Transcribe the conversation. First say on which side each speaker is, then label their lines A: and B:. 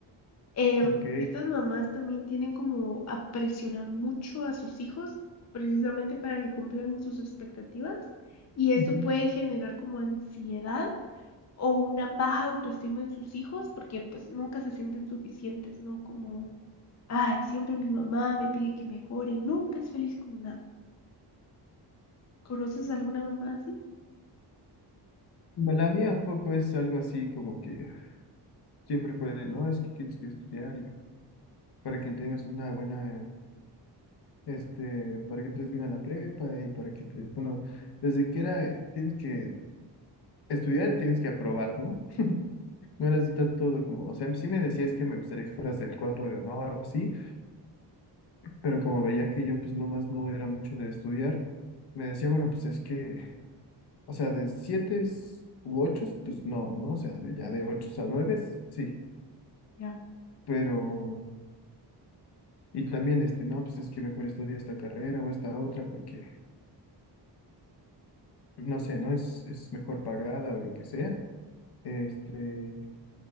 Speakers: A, on the left; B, on the left.
A: Em,
B: ok.
A: estas mamás también tienen como a presionar mucho a sus hijos precisamente para que cumplan sus expectativas y esto
B: ujú,
A: puede generar como ansiedad o una baja autoestima en sus hijos porque pues nunca se sienten suficientes, ¿no? Como Ay, siempre mi mamá me pide que mejore y nunca es feliz con nada. ¿Conoces a alguna mamá así?
B: Bueno, La mía un poco es algo así como que siempre puede, no, es que tienes que estudiar para que tengas una buena, este, para que entres bien a la prepa y para que, te- bueno, desde que era, eh, tienes que estudiar, tienes que aprobar, ¿no? No era así todo como, o sea, sí me decías que me gustaría que fueras del cuadro de honor o así, pero como veía que yo pues nomás no era mucho de estudiar, me decía, bueno, pues es que, o sea, de siete u ocho, pues no, ¿no? O sea, de, ya de ocho a nueve, sí,
A: Ya.
B: pero... Y también, este, no, pues es que mejor estudia esta carrera o esta otra, porque no sé, ¿no? Es, es mejor pagada o lo que sea. Este,